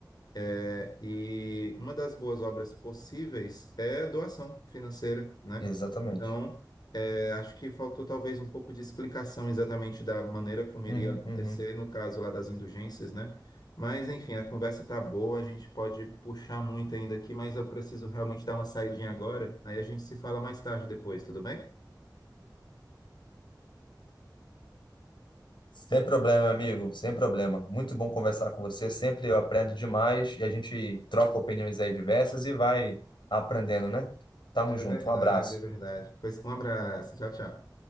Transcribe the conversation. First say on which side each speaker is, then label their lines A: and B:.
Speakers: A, on the left; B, on the left.
A: É, e uma das boas obras possíveis é doação financeira, né?
B: Exatamente.
A: Então, é, acho que faltou talvez um pouco de explicação exatamente da maneira como iria
B: Uhum,
A: acontecer
B: uhum.
A: no caso lá das indulgências, né? Mas, enfim, a conversa tá boa, a gente pode puxar muito ainda aqui, mas eu preciso realmente dar uma saidinha agora, aí a gente se fala mais tarde depois, tudo bem?
B: Sem problema, amigo, sem problema. Muito bom conversar com você. Sempre eu aprendo demais e a gente troca opiniões aí diversas e vai aprendendo, né? Tamo
A: É verdade,
B: junto. Um abraço.
A: é verdade. Pois um abraço, tchau, tchau.